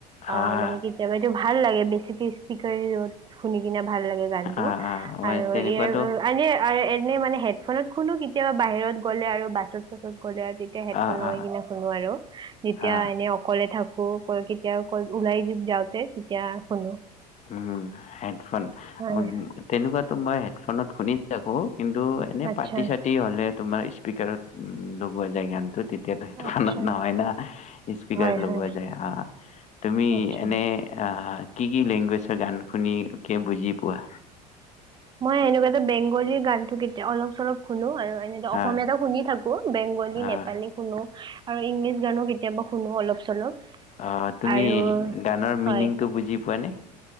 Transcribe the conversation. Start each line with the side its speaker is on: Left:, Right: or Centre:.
Right: অ'
Left: আহ
Right: মানে কেতিয়াবা এইটো ভাল লাগে বেছিকে স্পিকাৰ শুনি কিনে ভাল লাগে গানটো
Left: আহ আহ মই
Right: আৰু
Left: তেনেকুৱাতো
Right: ইয়ে আগে আৰু এনেই মানে হেডফোনত শুনো কেতিয়াবা বাহিৰত গ'লে আৰু বাচত চাসত গলে তেতিয়া হেডফোন
Left: আহ
Right: লগাই
Left: আহ
Right: কিনে শুনো আৰু যেতিয়া
Left: আহ
Right: এনে অকলে থাকো আকৌ ক কেতিয়া ওলাই য যাওঁতে তেতিয়া শুনো
Left: উম হেডফোন
Right: হয়
Left: তেনেকোৱাতো মই হেডফোনত শুনি থাকো কিন্তু এনেই
Right: আচ্ছা
Left: পাৰ্টি চাৰ্টি হ'লে তোমাৰ স্পিকাৰত লগোৱা যায় গানটো তেতিয়া এতিয়াতো সেইটো
Right: আচ্ছা
Left: ফনত নহয় না স্পিকাৰ
Right: হয়
Left: লোৱা
Right: হয়
Left: যায় আহ তুমি
Right: আচ্ছা
Left: এনে আহ কি কি লেংগুৱেজ ত গান শুনি কিয় বুজি পোৱা
Right: মই সেনেকুৱাতো বেংগলীৰ গানটো কেতিয়া অলপ চলপ শুনো আৰু এনেো
Left: আহ
Right: অসমীয়াটো শুনি থাকো বেংগলী
Left: আহ
Right: নেপালী শুনো আৰু ইংলিছ গানো কেতিয়াবা শুনো অলপ চলপ
Left: অ তুমি
Right: আৰু
Left: গানৰ
Right: হয়
Left: মিনিংটো বুজি পোৱানে